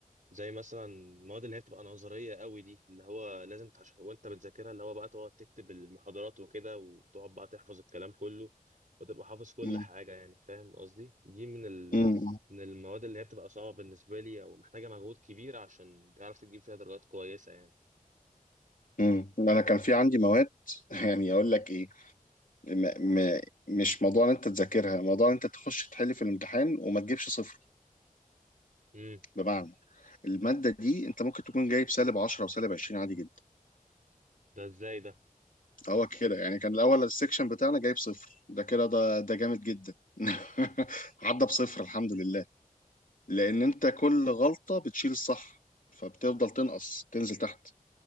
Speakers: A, on the right; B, on the left.
A: زي مثلا المواد اللي هي بتبقى نظريه قوي دي اللي هو لازم تح- وانت بتذاكرها اللي هو بقى تقعد تكتب المحاضرات وكده وتقعد بقى تحفظ الكلام كله وتبقى حافظ كل
B: مم.
A: حاجه يعني فاهم قصدي دي من ال...
B: مم.
A: من المواد اللي هي بتبقى صعبه بالنسبه لي او محتاجه مجهود كبير عشان تعرف تجيب فيها درجات كويسه يعني
B: مم. انا كان في عندي مواد <laughs> يعني اقول لك ايه م م مش موضوع ان انت تذاكرها موضوع ان انت تخش تحل في الامتحان وما تجيبش صفر
A: امم
B: بمعنى المادة دي انت ممكن تكون جايب سالب 10 وسالب 20 عادي جدا
A: ده ازاي ده
B: هو كده يعني كان الاول السكشن بتاعنا جايب صفر ده كده ده ده جامد جدا <laughs> عدى بصفر الحمد لله لان انت كل غلطة بتشيل الصح فبتفضل تنقص تنزل تحت